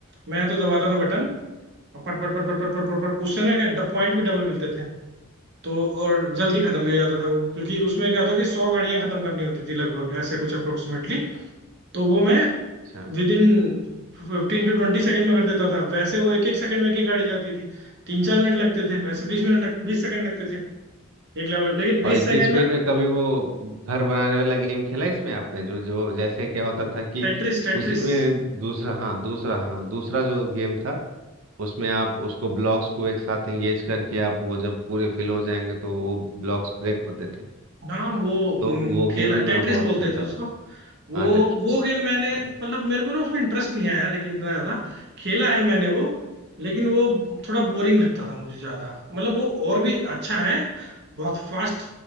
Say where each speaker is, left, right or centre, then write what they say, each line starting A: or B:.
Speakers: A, on the right; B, on the right.
A: मैं तो दबाता था बटन और पट पट पट पट पट पट पट पट उससे ना क्या पॉइंट भी डबल मिलते थे तो और जल्दी खत्म भी हो जाता था वो क्योंकि उसमें क्या होता कि सौ गाड़ियां खत्म करनी होती थी लगभग ऐसे कुछ अप्रोक्सीमेटली तो वो मैं
B: अच्छा
A: विद इन फिफ्टीन टू ट्वेंटी सेकंड में कर देता था वैसे वो एक एक सेकंड में एक ही गाड़ी जाती थी तीन चार मिनट लगते थे वैसे बीस मिनट लग बीस सेकंड लगते थे एक लेवल लेकिन बीस
B: और इतनी
A: सेकंड
B: स्पीड
A: में
B: में कभी वो घर बनाने वाला गेम खेला इसमें आपने जो जो जैसे क्या होता था कि
A: Tetris Tetris
B: उसी में दूसरा हाँ दूसरा हाँ दूसरा जो गेम था उसमें आप उसको ब्लॉक्स को एक साथ एंगेज करके आप वो जब पूरे फिल हो जाएंगे तो वो ब्लॉक्स ब्रेक होते थे
A: हाँ वो हम्म,
B: तो वो गेम
A: खेला
B: भी मैं
A: टेट्रिस
B: बहुत
A: बोलते
B: खेलता
A: थे उसको
B: था
A: वो
B: हाँ टेट्रिस
A: वो गेम मैंने
B: हाँ
A: मतलब मेरे को ना उसमें इंटरेस्ट नहीं आया लेकिन इतना ज्यादा खेला है मैंने वो लेकिन वो थोड़ा बोरिंग लगता था मुझे ज्यादा मतलब वो और भी अच्छा है बहुत फास्ट